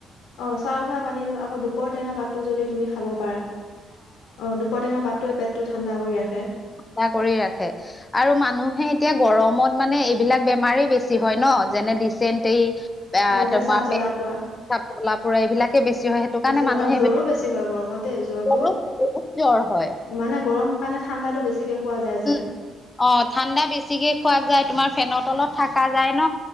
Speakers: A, on the left; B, on the left.
A: অ', চাউল ধোৱা পানীটো আকৌ দুপৰ টেঙা পাতটো যদি তুমি খাব পাৰা। অ', দুপৰটেঙা পাতটোৱে পেটটো ঠাণ্ডা কৰি ৰাখে।
B: চাফা কৰি ৰাখে। আৰু মানুহে এতিয়া গৰমত মানে এইবিলাক বেমাৰেই বেছি হয় ন। যেনে ডিচেণ্ট এ
A: অ
B: তোমাৰ
A: পেচাব জ্বালা
B: প্ৰেচাব
A: পোৱা
B: জ্বলা পোৰা এইবিলাকে বেছি হয়। কাৰণে
A: বেছি হয়
B: মানুহে
A: আৰু
B: এইবিলাক
A: জ্বৰো বেছি হয় গৰমতে জ্বৰটো।
B: বহুত জ্বৰ হয়
A: মানে গৰম কাৰণে ঠাণ্ডাতো বেছিকে খোৱা যায় যে
B: উম, অ' ঠাণ্ডা বেছিকে খোৱা যায়, তোমাৰ ফেনত তলত থকা যায় ন।